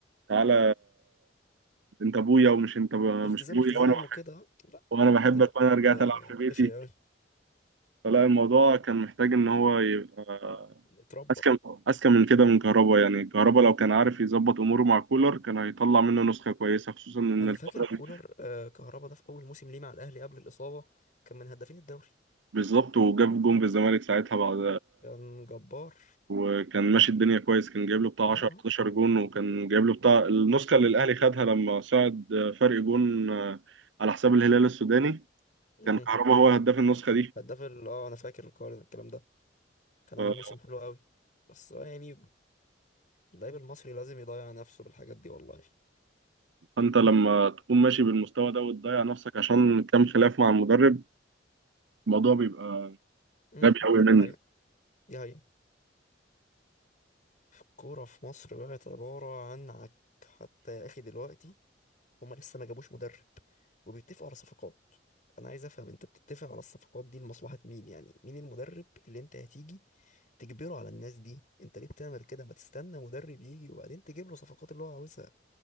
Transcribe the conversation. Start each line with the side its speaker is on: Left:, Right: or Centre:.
Right: تعالى انت ابويا ومش انت ب...
Left: التزام
Right: مش ابويا
Left: التزام
Right: وانا بحب
Left: وكده لا
Right: وانا بحبك
Left: ده واد
Right: وانا رجعت
Left: آه،
Right: العب في
Left: نكشي
Right: بيتي
Left: قوي
Right: فلا الموضوع كان محتاج ان هو يبقى
Left: اتربى
Right: اذكى اذكى من كده من كهربا يعني كهربا لو كان عارف يظبط اموره مع كولر كان هيطلع منه نسخه كويسه خصوصا ان
Left: انا
Right: الفتره
Left: فاكر كولر
Right: دي
Left: آه كهربا ده في اول موسم ليه مع الاهلي قبل الاصابه كان من هدافين الدوري
Right: بالظبط وجاب جون في الزمالك ساعتها بعد
Left: كان جبار
Right: وكان ماشي الدنيا كويس كان جايب له بتاع
Left: اه
Right: 10
Left: اه
Right: 11 جون وكان جايب له بتاع النسخه اللي الاهلي خدها لما صعد فرق جون على حساب الهلال السوداني
Left: مم.
Right: كان كهربا هو هداف النسخه
Left: هداف ال- اه انا فاكر الكور- الكلام ده كان
Right: دي
Left: عامل موسم حلو قوي بس آه، يعني اللعيب المصري لازم يضيع نفسه بالحاجات دي والله
Right: فانت لما تكون ماشي بالمستوى ده وتضيع نفسك عشان كام خلاف مع المدرب الموضوع بيبقى
Left: امم
Right: غبي قوي منك
Left: دي حقيقة دي حقيقة الكورة في مصر بقت عبارة عن عك حتى يا أخي دلوقتي هما لسه ما جابوش مدرب وبيتفقوا على صفقات أنا عايز أفهم أنت بتتفق على الصفقات دي لمصلحة مين يعني مين المدرب اللي أنت هتيجي تجبره على الناس دي أنت ليه بتعمل كده ما تستنى مدرب يجي وبعدين تجيب له صفقات اللي هو عاوزها